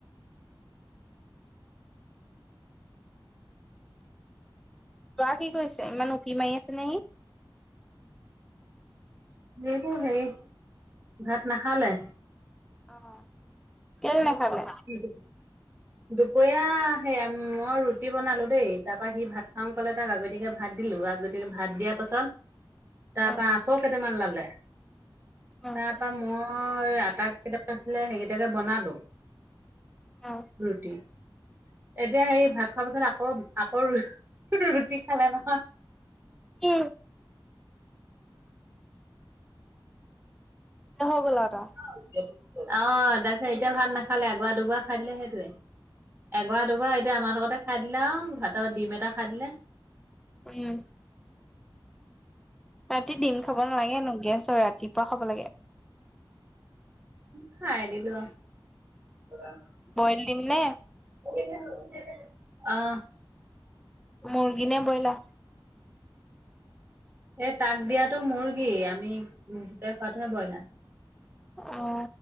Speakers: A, in the centre; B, on the right.
A: ল'ৰা কি কৰিছে ইমান উকি মাৰি আছে নে হি?
B: এইটো সেই ভাত নাখালে।
A: অ, কেলে নেখালে?
B: <unintelligible> দুপৰীয়া সেয়া মই ৰুটি বনালো দেই তাৰ পা সি ভাত খাম কলে তাক আগতীয়াকে ভাত দিলো আগ আগতিয়াকে ভাত দিয়া পাছত তাৰ
A: অ
B: পা আকৌ কেইটামান ল'লে
A: অ
B: তাৰপা মই আটা <unintelligible> মান আছিলে সেইকেইটাকে বনালো।
A: অ',
B: ৰুটি। এতিয়া সেই ভাত খোৱা পিছত আকৌ- আকৌ ৰুটি খালে নহয়।
A: কি? হৈ গ'ল আৰু তাৰ
B: অহ, তাৰপিছত এতিয়া ভাত নাখালে এগুৱা, দুগুৱা খাই দিলে সেইটোৱে। এগৰা, দুগৰা এতিয়া আমাৰ লগতে খাই দিলে আও ভাতত ডিম এটা খাই দিলে।
A: <unintelligible> ৰাতি ডিম খাব নালাগে হেনো গেছ হয় ৰাতিপুৱা খাব লাগে।
B: খাই দিলো আও <unintelligible>
A: বইল দিম নে?
B: <unintelligible> অ,
A: মুৰ্গী নে বইলা?
B: এ তাক দিয়াটো মুৰ্গী আমি গোটেই খোৱাতোহে বইলাৰ।
A: অ,